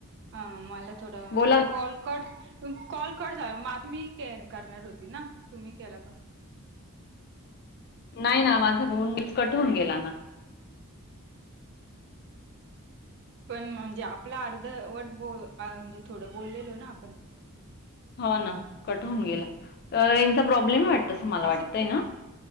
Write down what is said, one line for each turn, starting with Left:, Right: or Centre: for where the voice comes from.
Right: हा मला थोडं
Left: बोला ना.
Right: कॉलकट कॉल कट मग आता मी करणार होती ना तुम्ही केला पण,
Left: नाही ना माझा फोन कट होून गेला ना,
Right: पण म्हणजे आपला अर्धवट ब म्हणजे थोडं बोललेलो ना, आपण.
Left: हो ना कट होऊन गेला तर रेंचा प्रॉब्लेम वाटतस मला
Right: असं
Left: वाटतंय ना,